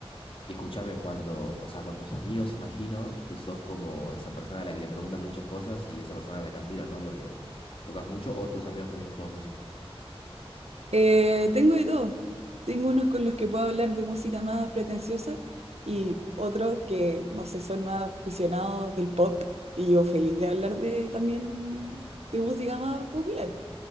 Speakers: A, on the left (about 60°); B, on the right (about 85°).
A: Y escúchame cuando, o sea, con tus amigos, imagino que sos como esa persona a la que le preguntan muchas cosas y esa persona a la que admiran, ¿no? Porque tocas mucho o tus amigos también son todos músicos.
B: Eh, tengo de todo. Tengo unos con los que puedo hablar de música más pretenciosa y otros que, no sé, son más aficionados del pop y yo feliz de hablar de también de música más popular.